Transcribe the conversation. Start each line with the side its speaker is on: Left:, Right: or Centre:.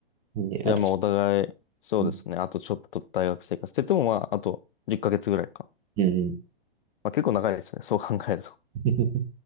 Right: で、
Left: じゃあまあお互い、
Right: あとち
Left: そうですね。
Right: ょっと、
Left: あとちょっと大学生活って言ってもまああと10ヶ月ぐらいか。
Right: うん
Left: まあ結構長いですね。そう考えると。
Right: うん。